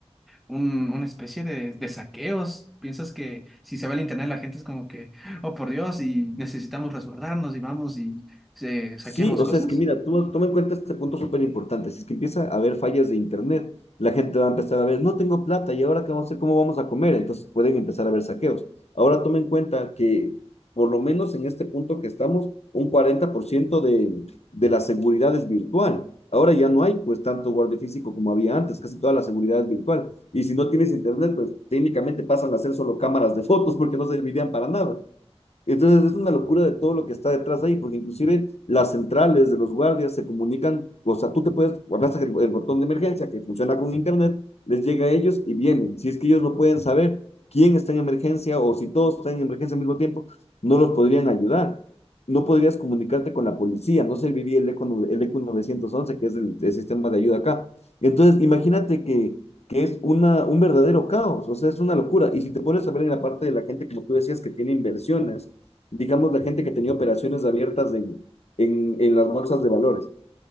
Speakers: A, in the centre; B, on the left.
A: un- una especie de, de saqueos. Piensas que si se va el internet, la gente es como que, oh por Dios, y necesitamos resguardarnos y vamos y se, saqueamos
B: Sí, o
A: cosas.
B: sea, es que mira, tú toma en cuenta este punto súper importante. Si es que empieza a haber fallas de internet, la gente va a empezar a ver, no tengo plata, ¿y ahora qué vamos a hacer? ¿Cómo vamos a comer? Entonces pueden empezar a haber saqueos. Ahora toma en cuenta que, por lo menos en este punto que estamos, un 40% de, de la seguridad es virtual. Ahora ya no hay pues tanto guardia físico como había antes, casi toda la seguridad es virtual. Y si no tienes internet, pues técnicamente pasan a ser solo cámaras de fotos porque no servirían para nada. Entonces es una locura de todo lo que está detrás ahí, porque inclusive las centrales de los guardias se comunican, o sea, tú te puedes, abrazas el, el botón de emergencia que funciona con internet, les llega a ellos y vienen. Si es que ellos no pueden saber quién está en emergencia o si todos están en emergencia al mismo tiempo, no los podrían ayudar. No podrías comunicarte con la policía, no serviría el ECO, el ECO 911, que es el, el sistema de ayuda acá. Entonces, imagínate que que es una, un verdadero caos, o sea, es una locura. Y si te pones a ver en la parte de la gente, como tú decías, que tiene inversiones, digamos, la gente que tenía operaciones abiertas en, en, en las bolsas de valores.